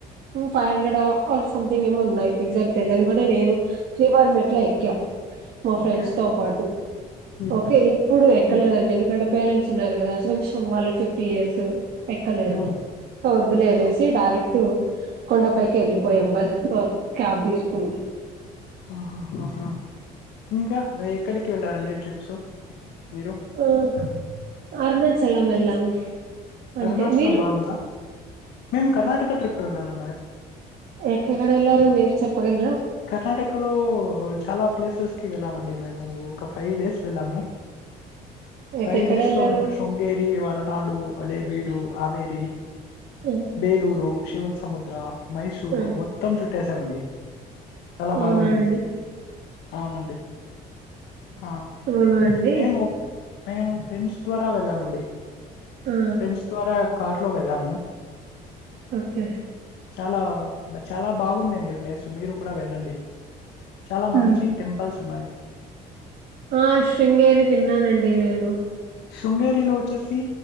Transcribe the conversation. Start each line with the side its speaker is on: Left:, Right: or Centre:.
Right: five hundred or something ఏమో ఉన్నాయి ఎగ్జాక్ట్ తెలిదు ఎందుకంటే నేను శ్రీ వారి మెట్లే ఎక్కా మా ఫ్రెండ్స్
Left: ఓకే
Right: తో పాటు
Left: ఉ
Right: ఓకే ఈ ఎప్పుడు ఎక్కలేదు
Left: ఉ
Right: అండి ఎందుకంటే పేరెంట్స్ ఉన్నారు కదా సో వాళ్ళకి ఫిఫ్టి ఇయర్స్ ఎక్కలేరు
Left: ఉ
Right: సో వద్దులే అనేసి
Left: ఓకే
Right: డైరెక్ట్ అప్పుడు కొండపైకి వెళ్ళిపోయాం బై క్యాబ్ తీసుకుని
Left: ఆహా ఆహా ఇంకా ఎక్కడికి వెళ్లారండి ట్రిప్స్ మీరు
Right: అహా అరుణాచలం వెళ్ళాం అంతే.
Left: అరుణాచలం
Right: మీరు?
Left: బాగుందా మీమ్ కర్ణాటక ట్రిప్. కి వెళ్లాను
Right: ఎక్కడ వెళ్లారు మీరు చెప్పగలరా.
Left: కర్ణాటకలో చాలా ప్లేసెస్ కి వెళ్ళామండి మేము ఒక ఫైవ్ డేస్ వెళ్ళాము. ఫైవ్
Right: ఎక్కడెళ్లారు?
Left: డేస్ లో మేము శృంగేరి వరనాడు అలేబీడు. కావేరి
Right: ఆ!
Left: బేలూరు శివం సముద్రా మైసూరు
Right: ఆ!
Left: మొత్తం చుట్టేస్తా చ్చామండి చాలా
Right: అవునా
Left: బాగున్నింది
Right: అండి?
Left: అవునండి. ఆ
Right: వునండి
Left: మేము మేము ఫ్రెండ్స్ ద్వారా వెళ్ళమ్ అండి
Right: ఆ!
Left: ఫ్రెండ్స్ ద్వారా కార్ లో వెళ్ళాము
Right: ఓకే
Left: చాలా బ చాలా బాగుందండి ప్లేస్ మీరు కూడా వెళ్ళండి చాలా
Right: హు
Left: మంచి టెంపుల్స్ ఉన్నాయి
Right: ఆ శృంగేరి విన్నానండి నేను
Left: శృంగేరిలో వచ్చేసి